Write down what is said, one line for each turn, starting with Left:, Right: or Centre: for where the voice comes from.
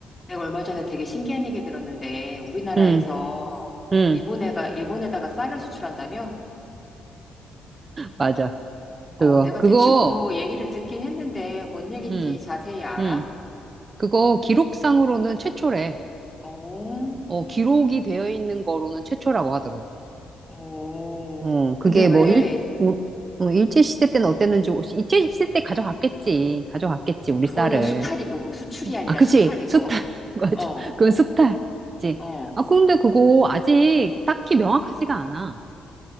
Left: 내가 얼마 전에 되게 신기한 얘기 들었는데, 우리나라에서
Right: 응, 응,
Left: 일본에가, 일본에다가 쌀을 수출한다며?
Right: 맞아. 그거,
Left: 어, 내가
Right: 그거,
Left: 대충 뭐 얘기를 듣긴 했는데, 뭔 얘기인지
Right: 응,
Left: 자세히 알아?
Right: 응. 그거 기록상으로는 최초래.
Left: 오.
Right: 어, 기록이 되어 있는 거로는 최초라고 하더라고.
Left: 오.
Right: 어, 그게
Left: 근데 왜,
Right: 뭐 일, 우- 어, 일제시대 때는 어땠는지, 혹시 일제시대 때 가져갔겠지. 가져갔겠지, 우리
Left: 그거는
Right: 쌀을.
Left: 수탈이고, 수출이 아니라
Right: 아, 그치.
Left: 수탈이고,
Right: 수탈.
Left: <laughs>
Right: <laughs> 맞아.
Left: 어,
Right: 그건 수탈. 그치.
Left: 어.
Right: 아, 근데 그거 아직 딱히 명확하지가 않아.